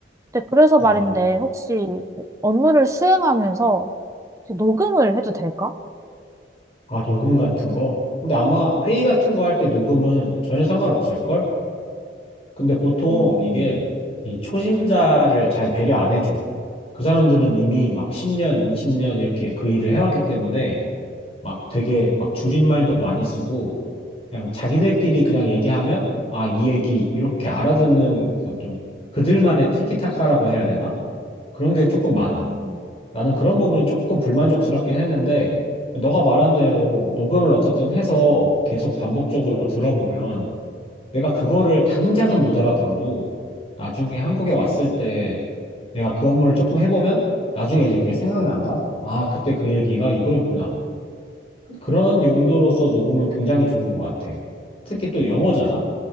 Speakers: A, on the right; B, on the left.
A: 근데 그래서
B: 아,
A: 말인데 혹시 그 업무를 수행하면서 혹시 녹음을 해도 될까?
B: 아, 녹음 같은 거? 근데 아마 회의 같은 거 할 때 녹음은 전혀 상관없을걸? 근데 보통
A: 음,
B: 이게 이 초심자를 잘 배려 안 해줘. 그 사람들은 이미 막 10년, 20년 이렇게 그 일을 해왔기 때문에 막 되게 막 줄임말도 많이 쓰고 그냥 자기들끼리 그냥 얘기하면 아, 이 얘기 이렇게 알아듣는 좀 그들만의 티키타카라고 해야 되나? 그런 게 조금
A: 음.
B: 많아. 나는 그런 부분이 조금 불만족스럽긴 했는데, 너가 말한 대로 녹음을 어쨌든 해서 계속 반복적으로 들어보면, 내가 그거를 당장은 못 알아들어도, 나중에 한국에 왔을 때 내가 그 업무를 조금 해보면, 나중에 이제 그게 생각난다? 아, 그때 그 얘기가 이거였구나. 그런 용도로서 녹음은 굉장히 좋은 것 같아. 특히 또 영어잖아?